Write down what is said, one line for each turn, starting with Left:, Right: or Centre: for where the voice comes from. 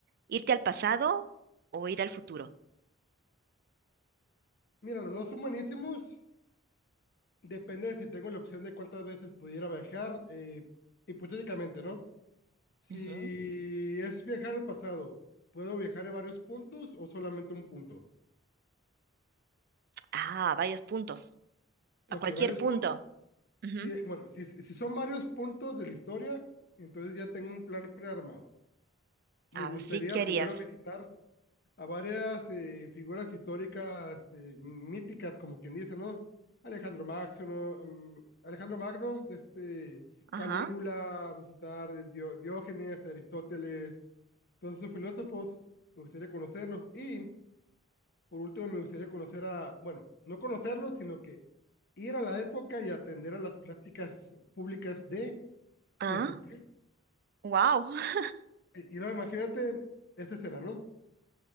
Right: ¿Irte al pasado o ir al futuro?
Left: Mira, los dos son buenísimos. Depende de si tengo la opción de cuántas veces pudiera viajar. eh, hipotéticamente, ¿no? Si
Right: Ujú.
Left: es viajar al pasado, ¿puedo viajar a varios puntos o solamente un punto?
Right: Ah, varios puntos.
Left: Ok,
Right: A cualquier
Left: varios
Right: punto.
Left: puntos.
Right: Ujú.
Left: Si, bueno, si, si son varios puntos de la historia, entonces ya tengo un plan prearmado. Me
Right: Así
Left: gustaría
Right: querías.
Left: primero visitar a varias eh, figuras históricas eh, míticas, como quien dice, ¿no? Alejandro Magno, ¿no? Mm, Alejandro Magno, de este
Right: Ajá.
Left: Calígula, visitar eh, Dio- Diógenes, Aristóteles, todos esos filósofos, me gustaría conocerlos. Y por último, me gustaría conocer a, bueno, no conocerlos, sino que ir a la época y atender a las pláticas públicas de
Right: Ah,
Left: Jesucristo.
Right: wow. <laughs>
Left: Y, y no, imagínate esta escena, ¿no?